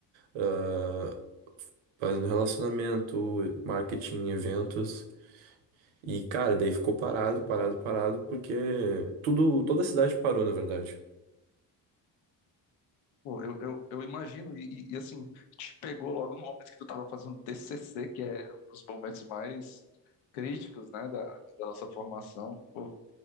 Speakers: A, on the right; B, on the left.
A: ah, fazendo relacionamento, marketing, eventos. E cara, daí ficou parado, parado, parado, porque tudo, toda a cidade parou, na verdade.
B: Pô, eu, eu, eu imagino, e, e- e, assim, te pegou logo no momento que tu estava fazendo TCC, que é um dos momentos mais críticos, né, da, da nossa formação. Pô,